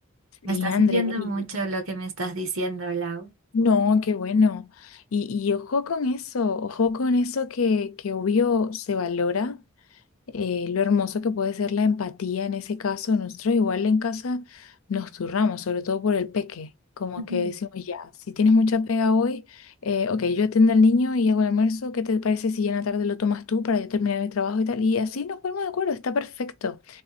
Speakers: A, on the left (about 80°); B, on the right (about 70°).
A: Sí,
B: Me está
A: André,
B: sirviendo
A: y,
B: mucho
A: y-
B: lo que me estás diciendo, Lau.
A: no, qué bueno. Y, y ojo con eso, ojo con eso que, que obvio se valora eh, lo hermoso que puede ser la empatía en ese caso. Nosotros igual en casa nos turramos, sobre todo por el peque. Como
B: <laughs>
A: que decimos, ya, si tienes mucha pega hoy, eh, ok, yo atiendo al niño y hago el almuerzo, ¿qué te parece si ya en la tarde lo tomas tú para yo terminar mi trabajo y tal? Y así nos ponemos de acuerdo, está perfecto.